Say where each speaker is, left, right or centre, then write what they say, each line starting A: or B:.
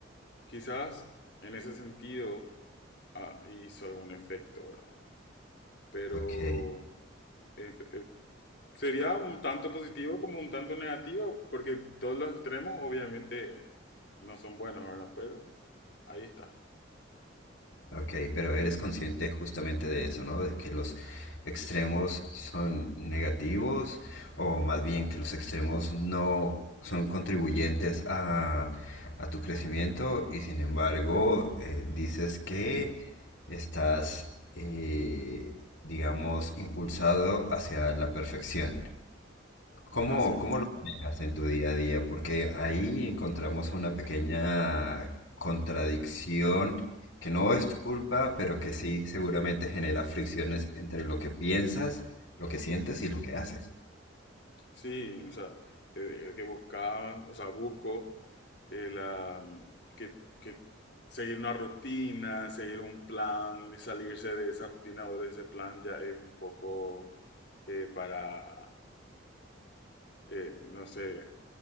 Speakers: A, on the left; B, on the left.
A: Quizás en ese sentido ah, hizo algún efecto, ¿verdad? Pero
B: Ok.
A: eh, eh, sería un tanto positivo como un tanto negativo, porque todos los extremos obviamente no son buenos, ¿verdad? Pero ahí está,
B: Ok, pero eres consciente justamente de eso, ¿no? De que los extremos son negativos o más bien que los extremos no son contribuyentes a, a tu crecimiento y sin embargo eh, dices que estás, eh, digamos, impulsado hacia la perfección. ¿Cómo,
A: así mismo.
B: cómo lo manejas en tu día a día? Porque ahí encontramos una pequeña contradicción que no es tu culpa, pero que sí seguramente genera fricciones entre lo que piensas, lo que sientes y lo que haces.
A: Sí, o sea, eh, el que buscaba, o sea, busco eh, la- que, que seguir una rutina, seguir un plan y salirse de esa rutina o de ese plan ya es un poco eh, para, eh, no sé,